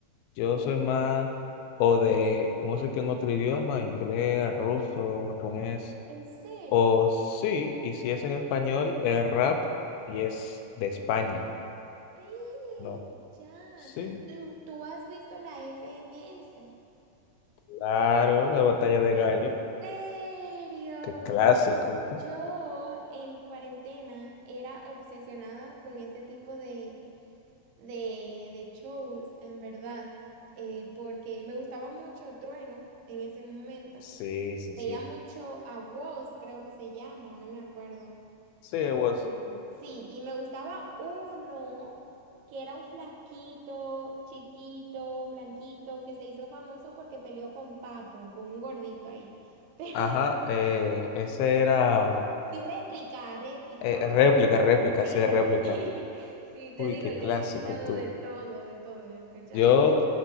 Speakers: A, on the left; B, on the right.
A: yo soy más o de música en otro idioma, inglés, ruso, japonés,
B: ¿En serio?
A: o sí, y si es en español, es rap y es de España.
B: ¡Ey!
A: No.
B: Ya.
A: Sí,
B: ¿Tú, tú has visto la FMS?
A: claro, la batalla de gallo.
B: ¿En serio?
A: Qué clásico.
B: Yo en cuarentena era obsesionada con ese tipo de, de, de shows, en verdad, eh, porque me gustaba mucho Trueno en ese momento.
A: Sí, sí,
B: Veía
A: sí.
B: mucho a Woz, creo que se llama, o no me acuerdo.
A: Sí, it was.
B: Y, sí, y me gustaba uno que era un flaquito, chiquito, blanquito, que se hizo famoso porque peleó con Papo, con un gordito ahí. <laughs> Pero
A: Ajá, eh, ese era
B: Sí, réplica, réplica.
A: eh, réplica, réplica,
B: Sí,
A: sí, réplica.
B: <laughs> sí, sí, te
A: Uy,
B: digo,
A: qué clásico
B: yo he escuchado
A: tú.
B: de todo, de todo, yo he escuchado.
A: Yo,